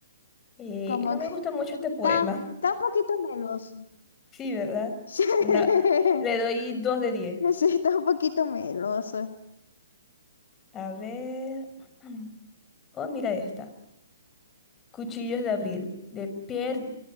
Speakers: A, on the left; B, on the left.
A: Eh,
B: como
A: no
B: que
A: me
B: <laughs>
A: gusta mucho este poema.
B: está,
A: <laughs>
B: está un poquito meloso.
A: Sí, ¿verdad?
B: <laughs>
A: No, le doy dos de diez.
B: Sí, sí, está un poquito meloso.
A: A ver. <clears throat> Oh, mira esta. Cuchillos de abril, de Pierre